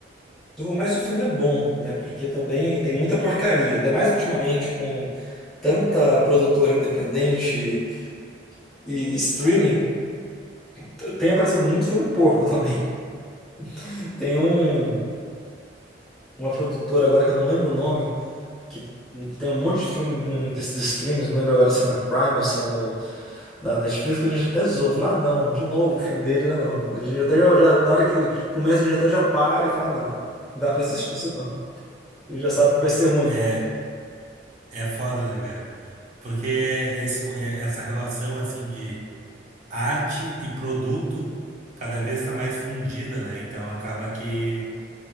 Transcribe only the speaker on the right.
É, é foda, né, cara? Porque é esse co- é- essa relação, assim, de arte e produto cada vez está mais fundida, né? Então acaba que